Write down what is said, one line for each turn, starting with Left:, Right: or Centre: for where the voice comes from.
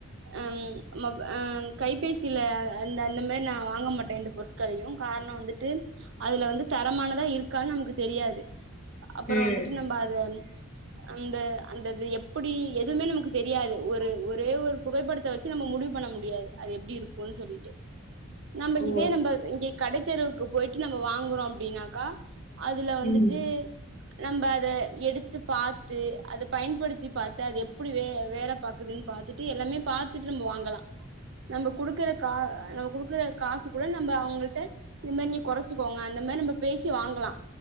Right: அம் அ கைபேசில அந்த அந்த மாரி நான் வாங்க மாட்டேன் எந்த பொருட்களையும் காரணம் வந்துட்டு அதுல வந்து தரமானதா இருக்கான்னு நமக்கு தெரியாது அப்புறம்
Left: ம்.
Right: வந்துட்டு நம்ப அது அந்த அந்தது எப் எப்டி எதுவுமே நமக்கு தெரியாது ஒரு ஒரே ஒரு புகைப்படத்தை வச்சு நம்ம முடிவு பண்ண முடியாது அது எப்டி இருக்கும்ன்னு சொல்லிட்டு நம்ம
Left: ஓ!
Right: இதே நம்ப இங்க கடை தெருவுக்கு போயிட்டு நம்ம வாங்குறோம் அப்டின்னா கா அதுல வந்துட்டு
Left: ம்.
Right: நம்ப அத எடுத்து பாத்து அது பயன்படுத்தி பாத்து அது எப் எப்டி வே வேல பாக்குதுன்னு பாத்துட் ட்டு எல்லாமே பாத்துட்டு நம்ம வாங்கலாம் நம்ம குடுக்கற கா நம்ம குடுக்குற காசு கூட நம்ப அவுங்கள்ட்ட இது மாரி நீங்க கொறச்சிக்கோங்க அந்த மாரி நம்ப பேசி வாங்கலாம்